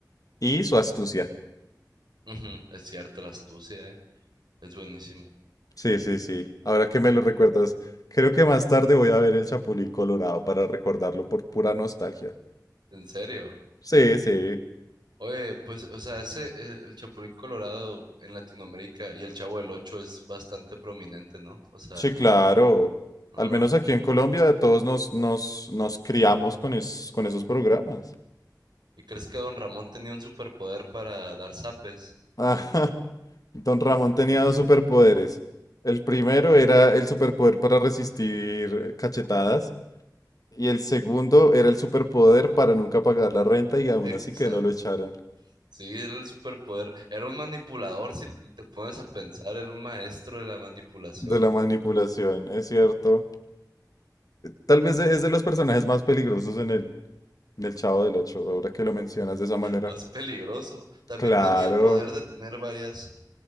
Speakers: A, on the left (about 55°); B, on the right (about 85°).
A: y su astucia.
B: Ujú, Es cierto, la astucia, ¿eh? Es buenísimo.
A: Sí, sí, sí. Ahora que me lo recuerdas, creo que más tarde voy a ver el Chapulín Colorado para recordarlo por pura nostalgia.
B: En serio.
A: Sí, sí,
B: Oye, pues, o sea, ese, eh, el Chapulín Colorado en Latinoamérica y el Chavo del Ocho es bastante prominente, ¿no? O sea...
A: sí, claro.
B: ah.
A: Al menos aquí en Colombia todos nos, nos, nos criamos con, es- con esos programas.
B: ¿Y crees que Don Ramón tenía un superpoder para dar zapes?
A: Ajá.
B: ¿O no?
A: Don Ramón tenía dos superpoderes. El primero era el superpoder para resistir eh, cachetadas. Y el segundo era el superpoder para nunca pagar la renta y aún
B: Exacto.
A: así que no lo echaran
B: Sí, era el superpoder. Era un manipulador, si te pones a pensar, era un maestro de la manipulación
A: de la manipulación, es cierto. Tal vez es de los personajes más peligrosos en el, en el Chavo del Ocho, ahora que lo mencionas de esa manera.
B: más <laughs> peligroso. También
A: Claro.
B: tenía el poder de tener varias,